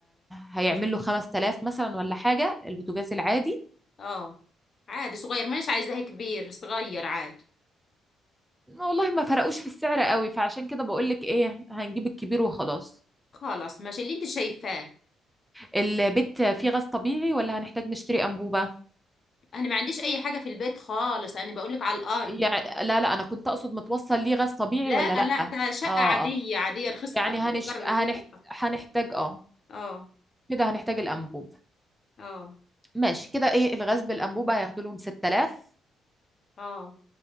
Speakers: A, in the centre; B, on the left (about 45°).
A: هيعمل
B: مش
A: له 5000 مثلا ولا حاجة البوتاجاز العادي
B: اه عادي صغير مانيش عايزاه كبير صغير عادي
A: والله ما فرقوش في السعر قوي فعشان كده بقول لك ايه هنجيب الكبير وخلاص
B: خلاص ماشي اللي انت شايفاه
A: البيت فيه غاز طبيعي ولا هنحتاج نشتري أنبوبة
B: انا ما عنديش اي حاجة في البيت خالص انا بقولك على الارض
A: يعني لا لا أنا كنت أقصد متوصل ليه غاز طبيعي
B: لا
A: ولا لأ
B: لا
A: اه
B: تا شقة
A: اه
B: عادية عادية رخيصها
A: يعني
B: الإيجار
A: هنش...
B: رخيص
A: هنحت... هنحتاج اه
B: اه
A: كده هنحتاج الأنبوب
B: اه
A: ماشي كده ايه الغاز بالأنبوبة هياخدوا لهم 6000
B: اه